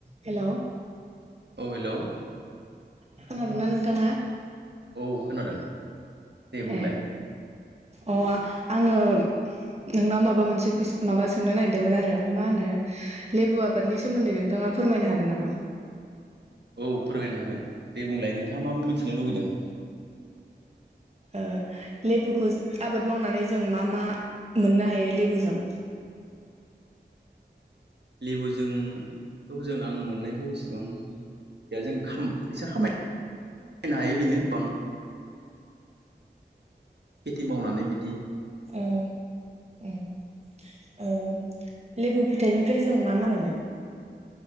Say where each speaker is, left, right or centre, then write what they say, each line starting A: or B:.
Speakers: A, on the right (about 35°); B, on the right (about 75°).
A: Hello
B: औ हेल'
A: खोनादोंना नोंथांआ।
B: औ खोनादों दे बुंलाय।
A: ए अ आङो नोंनाव माबा मोनसे कुइस माबा सोंनो नागिरदोंमोन आरो मा होनो लेबु आबादनि सोमोन्दै नोंथाङा फोरमायनो हागोन नामा?
B: औ फोरमायनो हागोन दे बुंलाय नोंथाङा मा-मा मिथिनो लुुगैदों?
A: ओ लेबुखौ आबाद मावनानै जों मा मा मोननो हायो लेबुजों?
B: लेबुजोंथ' जों आं मोननायखौ एसेबां मिथिया जों खाम फैसा खाम खामायनो हायो बेनो <inaudible> खेथि मावनानै बिदि
A: औ ओं ओ लेबु फिथाइनिफ्राय जों मा मा मोनो?